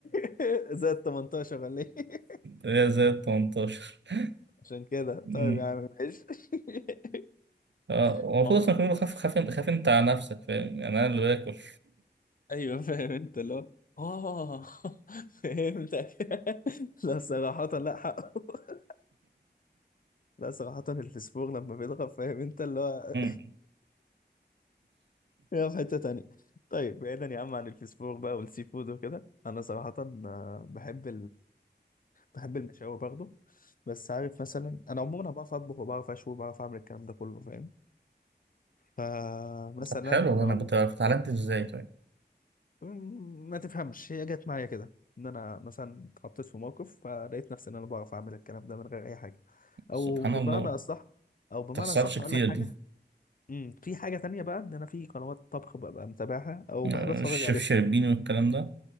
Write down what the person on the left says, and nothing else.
<laughs> زائد 18 ولا ايه
<laughs> عشان كده طيب يا عم ماشي <laughs>
ما هو
ايوه فاهم انت اللي هو اه <laughs> فهمتك <laughs> لا صراحة لا حقه <laughs> لا صراحة الفسفور لما بيضغط فاهم انت اللي هو
يا في حتة تانية طيب بعيدا يا عم عن الفسفور بقى والسي فود وكده انا صراحة آه، بحب بحب المشاوي برضه بس عارف مثلا انا عموما أنا بعرف اطبخ وبعرف اشوي وبعرف اعمل الكلام ده كله فاهم فمثلا
هقول
لك،
مم، ما تفهمش هي جت معايا كده ان انا مثلا اتحطيت في موقف فلقيت نفسي ان انا بعرف اعمل الكلام ده من غير اي حاجه
او
بمعنى اصح
او بمعنى
اصح
اقول لك حاجه
مم، في حاجه تانية بقى ان انا في قنوات طبخ ببقى متابعها او
بحب اتفرج
عليها